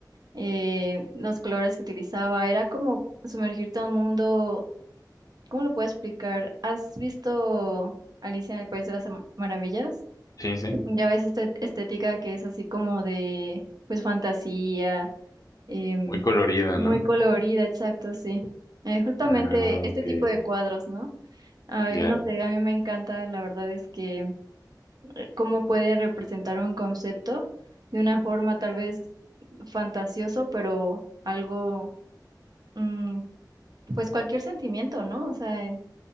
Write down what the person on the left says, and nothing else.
Sí, sí,
muy colorida,
¿no?
Ah,
ok,
ya,